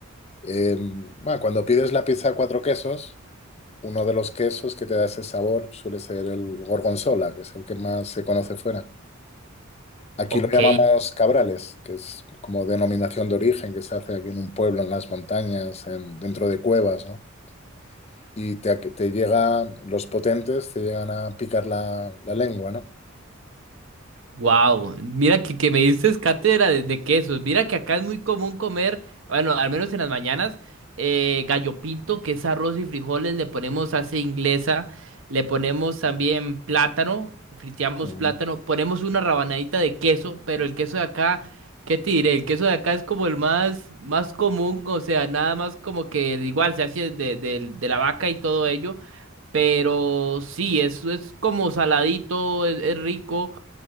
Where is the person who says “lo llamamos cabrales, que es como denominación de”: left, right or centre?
Left